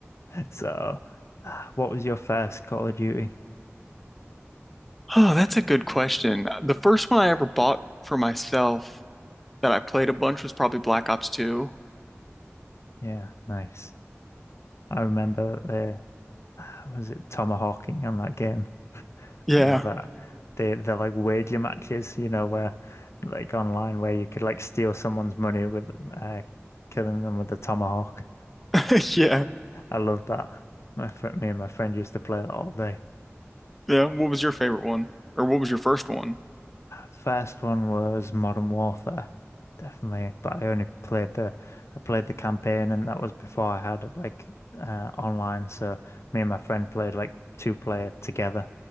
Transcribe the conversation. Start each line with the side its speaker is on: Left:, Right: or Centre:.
Left: So, ah, what was your first Call of Duty?
Centre: Oh, that's a good question. The first one I ever bought for myself that I played a bunch was probably Black Ops 2.
Left: Yeah, nice. I remember the ah, was it tomahawking on that game?
Centre: Yeah.
Left: I love that. They they're like wager matches, you know, where like online where you could like steal someone's money with uh, killing them with a tomahawk.
Centre: <laughs> Yeah.
Left: I love that. My friend, me and my friend used to play that all day.
Centre: Yeah. What was your favorite one? Or what was your first one?
Left: First one was Modern Warfare, definitely. But I only played the I played the campaign, and that was before I had like uh, online. So me and my friend played like two player together.